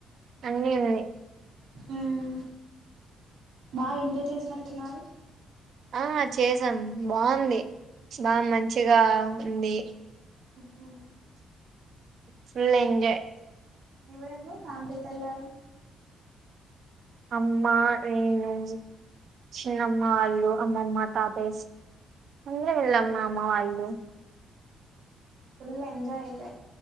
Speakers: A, on the right; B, on the right.
A: అన్ని ఉన్నాయి
B: మ్మ్ బాగా ఎంజాయ్ చేసినట్టున్నారు
A: ఆ చేసాం బాగుంది బా మంచిగా ఉంది
B: ఓ హో
A: ఫుల్ ఎంజాయ్
B: ఎవరెవరు ఫ్యామిలీతో వెళ్లారు
A: అమ్మ నేను చిన్నమ్మ వాళ్ళు అమ్మమ్మ తాతయ్యా అందరూ వెళ్లాం మా అమ్మ వాళ్ళు
B: ఫుల్ ఎంజాయ్ అయితే